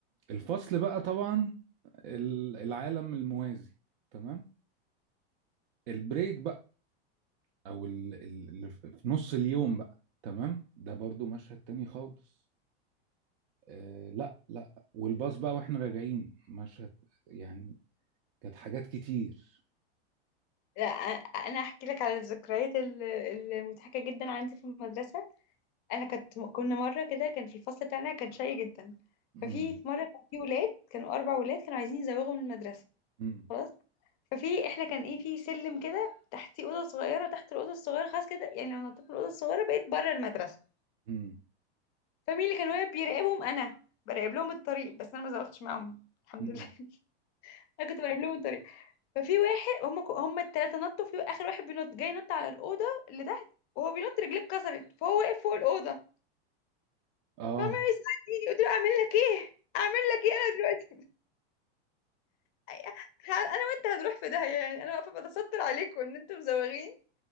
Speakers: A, on the right; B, on the left.
A: الفصل بقى طبعا ال- العالم الموازي تمام البريك بقى او ال- ال- اللي في في نص اليوم بقى تمام ده برضو مشهد تاني خالص آه لا لا والباص بقى واحنا راجعين مشهد يعني كانت حاجات كتير
B: لا أ- انا احكي لك على الذكريات ال- المضحكه جدا عندي في المدرسه انا كنت كنا مره كده كان في الفصل بتاعنا كان شقي جدا
A: امم
B: ففي في مره كان في ولاد كانوا اربع ولاد كانوا عايزين يزوغوا من المدرسه
A: امم
B: خلاص ففي احنا كان ايه في سلم كده تحتيه اوضه صغيره تحت الاوضه الصغيره خلاص كده يعني لو نطيت من الاوضه الصغيره بقيت بره المدرسه
A: امم
B: فمين اللي كان واقف بيراقبهم انا براقب لهم الطريق بس انا ما زوغتش معاهم الحمد
A: امم
B: لله <laughs> انا كنت براقب لهم الطريق ففي واحد هم هم الثلاثه نطوا في اخر واحد بينط جاي ينط على الاوضه اللي تحت وهو بينط رجليه اتكسرت فهو واقف فوق الاوضه
A: اه
B: فعمال يساعدني قلت له اعمل لك ايه اعمل لك ايه انا دلوقتي <laughs> ه- انا وانت هنروح في داهيه يعني انا واقفه بتستر عليكم ان انتم مزوغين